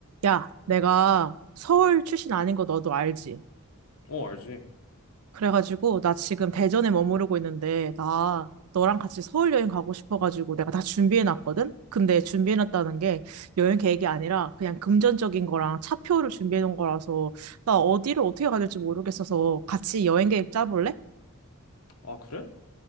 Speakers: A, on the right; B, on the left.
A: 야, 내가 서울 출신 아닌 거 너도 알지?
B: 어, 알지.
A: 그래가지고, 나 지금 대전에 머무르고 있는데, 나 너랑 같이 서울 여행 가고 싶어가지고, 내가 다 준비해놨거든? 근데 준비해놨다는 게 여행 계획이 아니라 그냥 금전적인 거랑 차표를 준비해놓은 거라서, 나 어디를 어떻게 가야 될지 모르겠어서 같이 여행 계획 짜볼래?
B: 아, 그래?